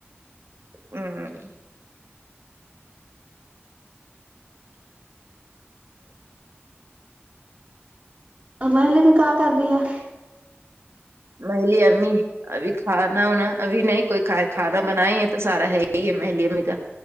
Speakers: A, on the right; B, on the right.
A: ہمم
B: محلے میں کیا کررہی ہے
A: میری امی ابھی کھانا ہوناا ابھی نہیں کوئی کھ کھانا بنا ہی ہے تو سارا ہے ہی ہے میری امی کا